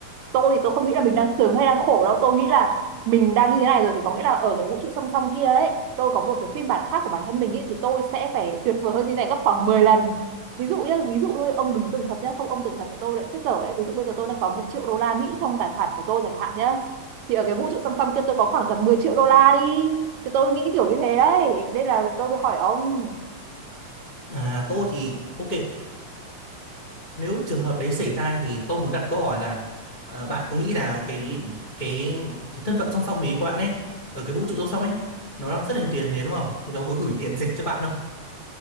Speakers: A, on the right; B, on the left.
A: Tôi thì tôi không nghĩ là mình đang sướng hay đang khổ đâu, tôi nghĩ là mình đang như thế này rồi thì có nghĩa là ở cái vũ trụ song song kia ấy, tôi có một cái phiên bản khác của bản thân mình ý, thì tôi sẽ phải tuyệt vời hơn như này gấp khoảng 10 lần. Ví dụ nhá, ví dụ thôi, ông đừng tưởng thật nhá, không ông tưởng thật là tôi lại chết dở đấy. Ví dụ bây giờ tôi đang có một triệu đô la Mỹ trong tài khoản của tôi chẳng hạn nhá. Thì ở cái vũ trụ song song kia tôi có khoảng tầm 10 triệu đô la đi. Thì tôi nghĩ kiểu như thế đấy, nên là tôi mới hỏi ông.
B: à, tôi thì ok nếu trường hợp đấy xảy ra thì tôi muốn đặt câu hỏi là à, bạn có nghĩ là cái cái cái thân phận song song ấy các bạn ấy ở cái vũ trụ song song ấy nó đang rất là nhiều tiền này đúng không thì nó có gửi tiền <laughs> dành cho bạn